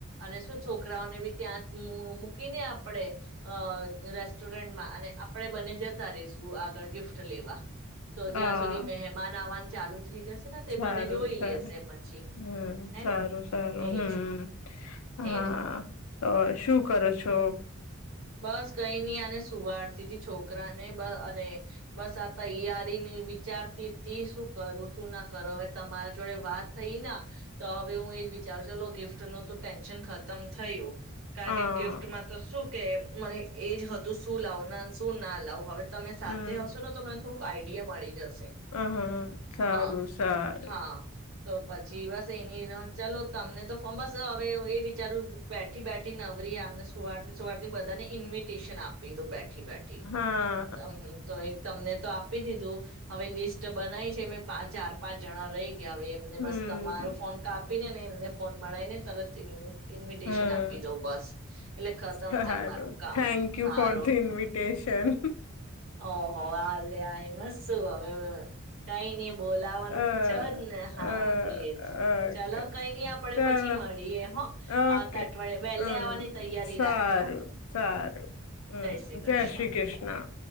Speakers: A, on the right; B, on the left.
A: અને શું છોકરાઓને બી ત્યાં મૂકીને આપડણે અ રેસ્ટોરન્ટમાં અને આપણેે બને જતા રશું આગળ ગિફ્ટ લેવા. તો
B: હા
A: જ્યાં સુધી મહેમાન આવવાનું ચાલુ થઈ જશે ને તે
B: સારું
A: બંને જોઈ
B: સારું
A: લેશે પછી
B: હમ
A: હેના
B: સારું સારું
A: એજ
B: હમ. હા
A: એજ કઈ
B: તો શું કરો છો?
A: બસ કઈ નઈ આને સુવાડતી તી છોકરા ને બ અને બસ આ તૈયારીની વિચારતી ત શું કરું શું ના કરું હવે તમારા જોડે વાત થઈ ના તો હવે હું એજ વિચારું ચલો ગિફ્ટ નું તો ટેન્શન ખતમ થયું. કારણ
B: હા
A: કે ગિફ્ટમાં તો શું તેમ મને એ જ હતું, શું લાવ શું ના લાવ હવે તમે સાથે
B: હમ
A: હશો, ને તો મને થોડું આઈડિયા મળી જશે.
B: હ, હ, સારું-
A: હા
B: સારું.
A: હા તો પછી બસ એની ચલો તમને તો ફોર્મસ હવે એ વિચારું બેઠ થી બેઠી નવરી આમને સવારથી સવારથી બધા ને ઇન્વિટેશન આપ પી દીધું. ઠિ બા ઠિ,
B: હા
A: ત હુ તો એક. તમને તો આપી દીધું હવે લિસ્ટ બનાય છે, મેં ચાર પાંચ જણા રહી ગ્યા કે હવે એમને
B: હમ
A: બસ તમારો ફોન કાપીને ને ને ફોન મળાય ને તરતથી. ઇન્વિટેશન
B: હમ
A: આપી દઉ બસ, એટલે <unintelligible>
B: સારું
A: થાય મારું કામ
B: થેન્ક
A: હારું
B: યુ ફોર ધી ઇન્વિટેશન
A: ઓહો હ લ્યા મસ્તું હવે કઈ નઈ બોલાવાનું
B: અ
A: તો છેજ ને હા
B: અ
A: એજ
B: ઓકે
A: ચાલો કઈ નઈ આપડે
B: ચાલો
A: પછી મળીએ. આવતાં
B: ઓકે
A: અઠવાડિયે વહેલે
B: હમ
A: આવવાની તૈયારી રાખ.
B: સારું સારું, હમ
A: શ્રી કૃષ્ણ
B: જય શ્રી કૃષ્ણ.